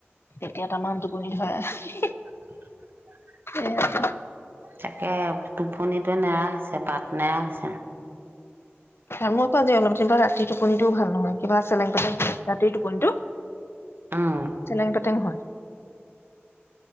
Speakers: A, on the left; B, on the right.
A: তেতিয়া তামাম টু পনি ধৰে।
B: উ <inaudible>
A: হ হখ <unintelligible>
B: তাকে টোপনিটোৱে নেৰা হৈছে বাট নেৰা হৈছে।
A: মোৰকো আজি অলপ দিন বা ৰাতি টোপনি ও ভাল নহয় কিবা চেলেং পেটেং ৰাতিৰ টোপনিটো
B: উম
A: চেলেং-পেতেং হয়।